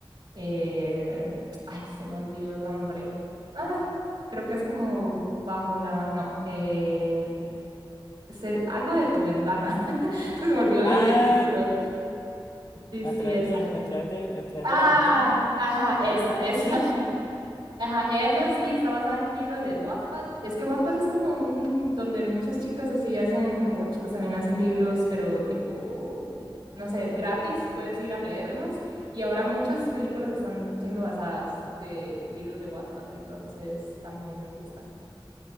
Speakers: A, on the right; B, on the left.
A: eh, ay, se me olvidó el nombre. Ay, creo que es como bajo la... No, eh, se- algo de tu ventana. <laughs> Es que se me olvidó el,
B: Ah,
A: el título. Sí,
B: a
A: sí,
B: través
A: esa.
B: de, a través de, a través
A: Ah,
B: de la ventana.
A: ajá, esa,
B: Al-
A: esa.
B: Sí, sí.
A: Ajá, esa sí, está basada en un libro de Wattpad. Es que Wattpad es como un donde muchas chicas así hacen, o chicos también hacen libros, pero tipo, no sé, gratis, puedes ir a leerlos. Y ahora muchas películas están siendo basadas de libros de Wattpad, entonces también me gustan.